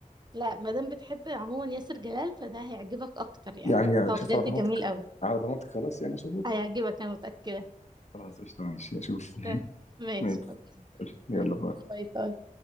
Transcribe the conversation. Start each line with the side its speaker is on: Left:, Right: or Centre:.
Right: لا ما دام بتحب عموما ياسر جلال فده هيعجبك اكتر يعني
Left: يعني
Right: هو
Left: اشوف
Right: بجد
Left: على ضمانتك
Right: جميل قوي
Left: على ضمانتك خلاص يعني اشوفه
Right: هيعجبك انا متاكده
Left: خلاص قشطة ماشي أشوف
Right: تمام.
Left: <laughs>
Right: ماشي
Left: ماشي
Right: خلاص
Left: قشطة يلا
Right: يلا.
Left: باي
Right: باي باي